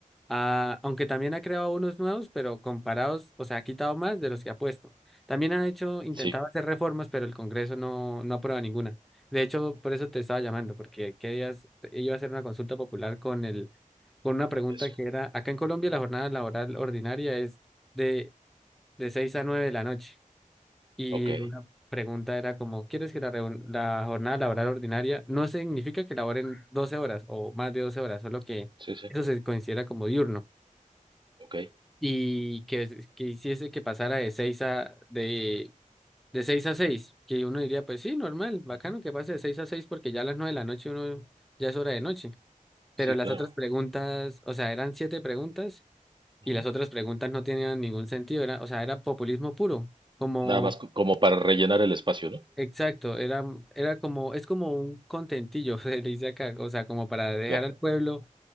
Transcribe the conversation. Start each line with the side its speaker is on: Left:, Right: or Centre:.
Centre: ah, aunque también ha creado unos nuevos, pero comparados, o sea, ha quitado más de los que ha puesto. También ha hecho, intentado
Right: sí,
Centre: hacer reformas, pero el Congreso no, no aprueba ninguna. De hecho, por eso te estaba llamando, porque qué días, iba a hacer una consulta popular con el, con una pregunta
Right: eso,
Centre: que era, acá en Colombia la jornada laboral ordinaria es de, de 6 a 9 de la noche. Y
Right: ok.
Centre: una pregunta era como, ¿quieres que la, reun- la jornada laboral ordinaria no significa que laboren 12 horas o más de 12 horas, solo que
Right: Sí, sí,
Centre: eso se considera como diurno
Right: ok.
Centre: y que, que hiciese que pasara de 6 a de, de 6 a seis que uno diría, pues sí, normal, bacano
Right: Ujú.
Centre: que pase de 6 a 6 porque ya a las 9 de la noche uno ya es hora de noche. Pero
Right: Sí,
Centre: las
Right: claro.
Centre: otras preguntas, o sea, eran siete preguntas
Right: Ujú.
Centre: y las otras preguntas no tenían ningún sentido, era, o sea, era populismo puro. Como
Right: Nada más co- como para rellenar el espacio, ¿no?
Centre: Exacto, era, era como, es como un contentillo, <laughs> se le dice acá, o sea, como para dejar
Right: Ya,
Centre: al pueblo